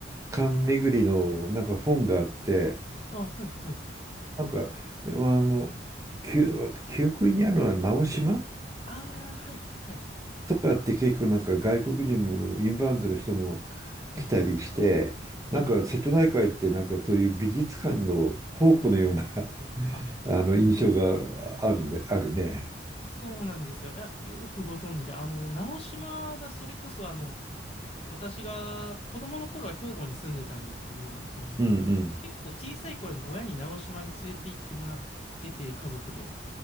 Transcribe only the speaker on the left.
あ、はい、はい。
ああ、はい、はい。
うん、
ええ、はい。
あ、
そうなんですよ。いや、よくご存知で、あの、直島がそれこそあの、私が子供の頃は兵庫に住んでたんですけど、その結構小さい頃に親に直島に連れて行ってもらってて、
家族で。